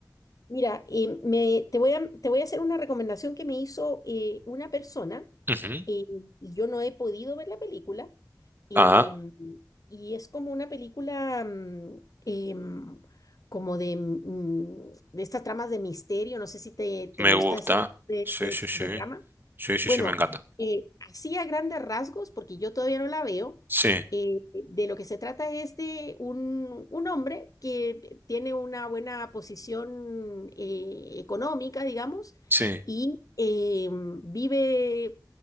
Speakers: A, on the left (about 55°); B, on the right (about 30°).
A: Mira, eh, me, te voy a, te voy a hacer una recomendación que me hizo eh, una persona
B: Ujú.
A: eh, y yo no he podido ver la película. em,
B: Ah,
A: y es como una película mm, em, como de, mm, de estas tramas de misterio. No sé si te, te
B: me
A: gusta
B: gusta.
A: ese tipo de,
B: Sí,
A: de,
B: sí, sí.
A: de trama.
B: Sí, sí,
A: Bueno,
B: sí, me encanta.
A: eh, así a grandes rasgos, porque yo todavía no la veo,
B: Sí,
A: eh, de lo que se trata es de un, un hombre que tiene una buena posición eh, económica, digamos,
B: sí,
A: y eh, vive